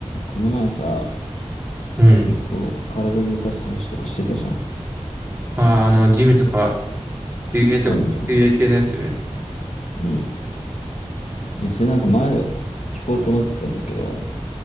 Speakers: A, on the left; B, on the right.
A: この前さ、
B: うん。
A: 結構体動かす話とかしてたじゃん。
B: あー、あの、ジムとか、水泳とか、
A: 二人みたいな。
B: 水泳系のやつ。
A: うん。いや、それなんか前を聞こうと思ってたんだけど、